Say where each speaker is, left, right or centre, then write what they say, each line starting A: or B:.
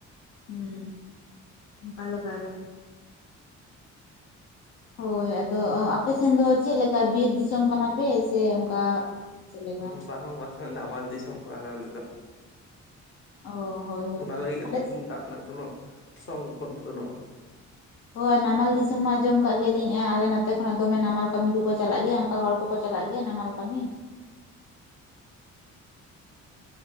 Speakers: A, on the left; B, on the left.
A: ᱦᱩᱸᱠᱟᱞ <unintelligible> ᱦᱳᱭ ᱟᱫᱚ ᱟᱯᱮ ᱥᱮᱱ ᱫᱚ ᱪᱮᱫ ᱞᱮᱠᱟ ᱵᱤᱨ ᱫᱤᱥᱚᱢ ᱠᱟᱱᱟ ᱯᱮ ᱥᱮ ᱚᱱᱠᱟ ᱪᱮᱫ ᱞᱮᱠᱟ
B: ᱵᱟᱝ ᱵᱟᱝ ᱱᱟᱢᱟᱞ ᱫᱤᱥᱚᱢ ᱠᱟᱱᱟ ᱞᱮ ᱟᱞᱮ ᱫᱚ
A: ᱚ ᱦᱳᱭ ᱦᱳᱭ
B: ᱚᱱᱟ ᱞᱟᱹᱜᱤᱫ ᱜᱮᱛᱚ
A: ᱟᱞᱮ ᱥᱮᱫ
B: ᱫᱟᱜ ᱨᱮᱱᱟᱜ ᱠᱚᱱᱚ ᱥᱚᱝᱠᱚᱱ ᱵᱟᱹᱱᱩᱜᱼᱟ
A: ᱦᱳᱭ ᱱᱟᱢᱟᱞ ᱫᱤᱥᱚᱢ ᱢᱟ ᱟᱸᱡᱚᱢ ᱠᱟᱜ ᱜᱮᱭᱟ ᱞᱤᱧ ᱟᱞᱮ ᱱᱚᱛᱮ ᱠᱷᱱᱟᱜ ᱫᱚᱢᱮ ᱱᱟᱢᱟᱞ ᱠᱟᱹᱢᱤ ᱠᱚᱠᱚ ᱪᱟᱞᱟᱜ ᱜᱮᱭᱟ ᱚᱱᱠᱟ ᱦᱚᱲ ᱠᱚ ᱠᱚ ᱠᱚ ᱪᱟᱞᱟᱜ ᱜᱮᱭᱟ ᱱᱟᱢᱟᱞ ᱠᱟᱹᱢᱤ